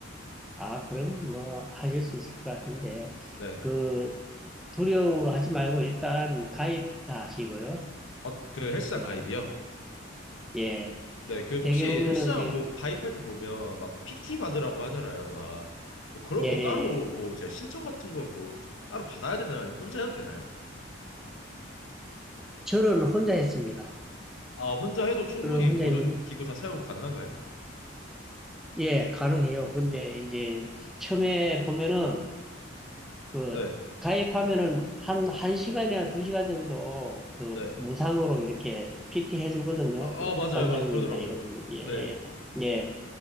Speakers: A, in the centre; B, on the left.
A: 아, 그럼 뭐 하실 수 있을 것 같은데,
B: 네.
A: 그, 두려워하지 말고 일단 가입부터 하시고요.
B: 어, 그 헬스장
A: 그,
B: 가입이요?
A: 예.
B: 네. 그 혹시
A: 되게 보면은
B: 헬스장
A: 이제,
B: 뭐 가입할 때 보면 막 PT 받으라고 하잖아요. 막 뭐 그런
A: 예,
B: 건
A: 예,
B: 따로
A: 예.
B: 뭐 제가 신청 같은 거 뭐 따로 받아야 되나요? 아니면 혼자 해도 되나요?
A: 저는 혼자 했습니다.
B: 아, 혼자 해도 충분히
A: 저는 혼자
B: 모든
A: 했는데,
B: 기구 다 사용 가능한가요?
A: 예, 가능해요. 근데 이제 처음에 보면은 그
B: 네.
A: 가입하면은 한, 한 시간이나 두 시간 정도 그
B: 네.
A: 무상으로 이렇게 PT 해주거든요.
B: 아,
A: 그
B: 아 맞아요.
A: 관장님이나
B: 맞아요. 그러더라고요.
A: 이런 분이. 예,
B: 네.
A: 예. 예.